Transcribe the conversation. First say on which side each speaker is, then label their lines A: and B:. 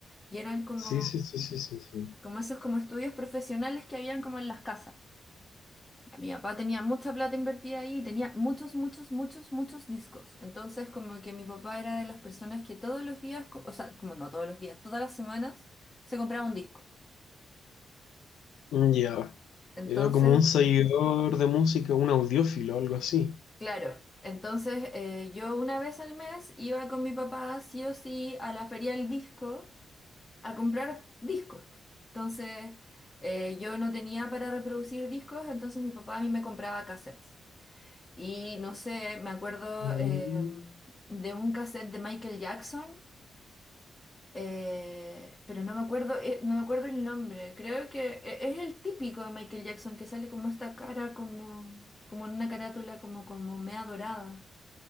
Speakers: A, on the left (about 25°); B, on the left (about 85°).
A: Y eran como...
B: sí, sí, sí, sí, sí. sí.
A: como esos como estudios profesionales que habían como en las casas. Mi papá tenía mucha plata invertida ahí y tenía muchos, muchos, muchos, muchos discos. Entonces como que mi papá era de las personas que todos los días, co- o sea, como no todos los días, todas las semanas se compraba un disco.
B: Ya.
A: Entonces,
B: Era como un seguidor de música, un audiófilo, algo así.
A: claro, entonces eh, yo una vez al mes iba con mi papá sí o sí a la feria del disco a comprar discos. Entonces eh, yo no tenía para reproducir discos, entonces mi papá a mí me compraba cassettes. Y no sé, me acuerdo
B: Mm,
A: eh, de un cassette de Michael Jackson, eh, pero no me acuerdo, eh, no me acuerdo el nombre. Creo que e- es el típico de Michael Jackson que sale como esta cara, como, como en una carátula, como, como mea dorada.